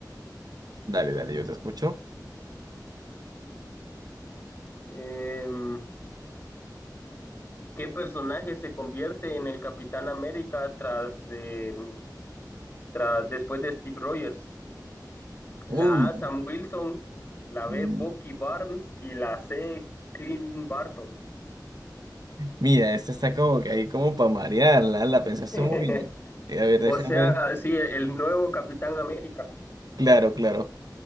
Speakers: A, on the right (about 60°); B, on the left (about 35°).
A: Dale, dale, yo te escucho.
B: Em, ¿qué personaje se convierte en el Capitán América tras, em, tras después de Steve Rogers?
A: Uy.
B: La A, Sam Wilson, la
A: mm,
B: B, Bucky Barnes y la C, Clint Barton.
A: Mira, esta está como que ahí como para marearla, la pensaste
B: <laughs>
A: muy bien. Eh, a ver, déjame.
B: O sea, sí, el nuevo Capitán América,
A: Claro, claro.